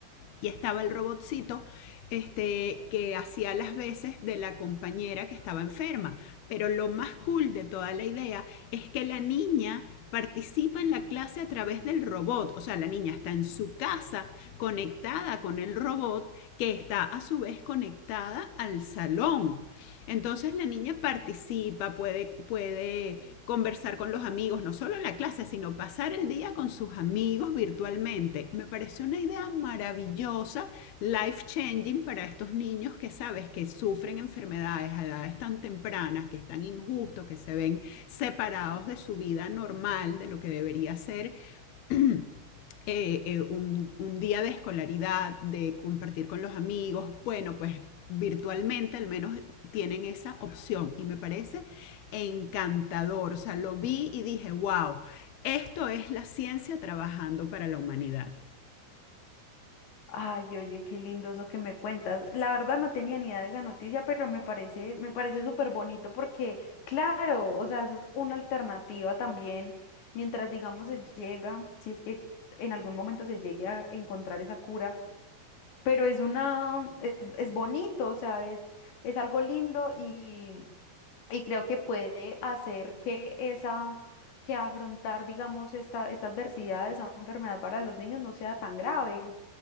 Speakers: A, on the left; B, on the left.
A: y estaba el robotcito este, que hacía las veces de la compañera que estaba enferma. Pero lo más cool de toda la idea es que la niña participa en la clase a través del robot, o sea, la niña está en su casa conectada con el robot que está a su vez conectada al salón. Entonces la niña participa, puede, puede conversar con los amigos, no solo en la clase, sino pasar el día con sus amigos virtualmente. Me pareció una idea maravillosa, life changing para estos niños que sabes que sufren enfermedades a edades tan tempranas, que es tan injusto, que se ven separados de su vida normal, de lo que debería ser <clears throat> <coughs> eh, eh, un, un día de escolaridad, de compartir con los amigos, bueno, pues virtualmente al menos tienen esa opción y me parece encantador. O sea, lo vi y dije, wow, esto es la ciencia trabajando para la humanidad.
B: Ay, oye, qué lindo eso que me cuentas. La verdad no tenía ni idea de esa noticia, pero me parece, me parece súper bonito porque, claro, o sea, esa es una alternativa también, mientras digamos se llega, si es que en algún momento se llegue a encontrar esa cura, pero es una, es, es bonito, o sea, es, es algo lindo y. Y creo que puede hacer que esa, que afrontar, digamos, esta, esta adversidad, esa enfermedad para los niños no sea tan grave.